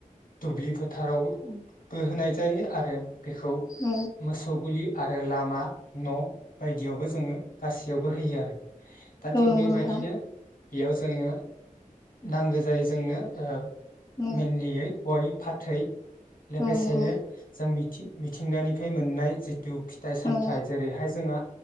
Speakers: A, on the left (about 85°); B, on the left (about 25°).
A: दुब्लि फोथारावबउ बो होनाय जा जायो आरो बेखौ
B: औ
A: मोसौ गलि आरो लामा न' बायदियावबो जोङो गासैयावबो होयो आरो दा थिग
B: औ नंगौ
A: बेबादिनो
B: नोंथां
A: बेयाव जोङो नांगौ जायो जोंनो ओ
B: औ
A: मेनलियै गय फाथै लोगोसेनो
B: औ नंगौ
A: जों मिथि मिथिंगानिफ्राय मोननाय जि दिउ फिथाइ सामथायाइ
B: औ
A: जेरैहाय जोंहा